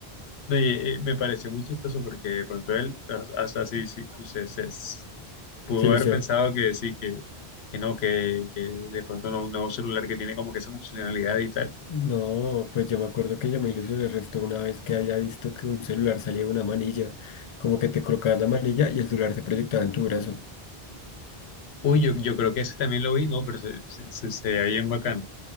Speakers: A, on the left; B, on the left.
A: no, y, eh, me pareció muy chistoso porque de pronto él, hasta sí, sí, se, se- s- pudo
B: Se ilusionó.
A: haber pensado que sí, que, que no, que, que de pronto no, un nuevo celular que tiene como que esa funcionalidad y tal.
B: No, pues yo me acuerdo que yo me ilusioné el resto una vez que haya visto que un celular salía de una manilla, como que te colocabas la manilla y el celular se proyectaba en tu brazo.
A: Uy, yo, yo creo que ese también lo vi, no, pero se, se, se, se veía bien bacano.